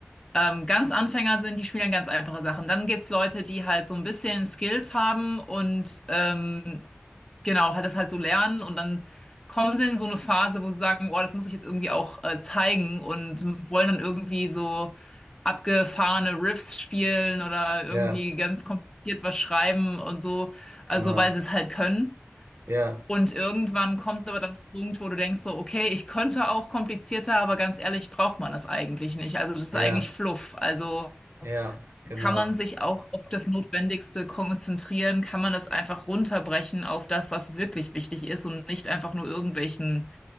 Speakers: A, on the left; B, on the right.
A: ähm, ganz Anfänger sind, die spielen ganz einfache Sachen. Dann gibt's Leute, die halt so ein bisschen Skills haben und ähm, Genau, halt das halt so lernen und dann kommen sie in so eine Phase, wo sie sagen, boah, das muss ich jetzt irgendwie auch äh, zeigen und wollen dann irgendwie so abgefahrene Riffs spielen oder irgendwie
B: Ja,
A: ganz kompliziert was schreiben und so, also
B: genau.
A: weil sie es halt können.
B: Ja,
A: Und irgendwann kommt aber dann der Punkt, wo du denkst so, okay, ich könnte auch komplizierter, aber ganz ehrlich, braucht man das eigentlich nicht. Also das ist
B: ja,
A: eigentlich Fluff. Also
B: ja, genau,
A: kann man sich auch auf das Notwendigste konzentrieren? Kann man das einfach runterbrechen auf das, was wirklich wichtig ist und nicht einfach nur irgendwelchen